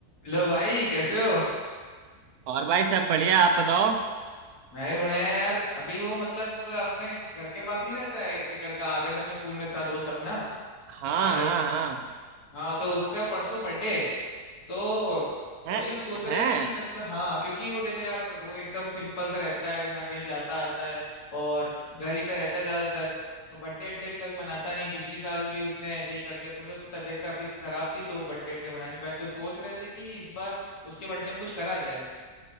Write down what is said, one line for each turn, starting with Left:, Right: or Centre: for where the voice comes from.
Left: Hello भाई कैसे हो
Right: और भाई सब बढ़िया आप बताओ
Left: मैं भी बढ़िया यार अभी वो मतलब अपने घर के पास नहीं रहता है एक लड़का आदर्श अपने स्कूल में था दोस्त अपना
Right: हाँ
Left: आदर्श
Right: हाँ हाँ
Left: हाँ तो उसका परसों बर्थडे है तो
Right: हैं
Left: वही हम सोच
Right: हैं
Left: रहे थे कि मतलब हाँ क्योंकि वो देखो यार वो एकदम सिंपल सा रहता है ना कहीं जाता आता है और घर ही पे रहता है ज्यादातर और बर्थडे अड्डे भी कभी मनाता नहीं पिछले साल भी उसने ऐसे ही कर दिया तो मतलब उसकी तबीयत काफी खराब थी तो बर्थडे अड्डे मना नहीं पाया तो सोच रहे थे कि इस बार उसके बर्थडे में कुछ करा जाए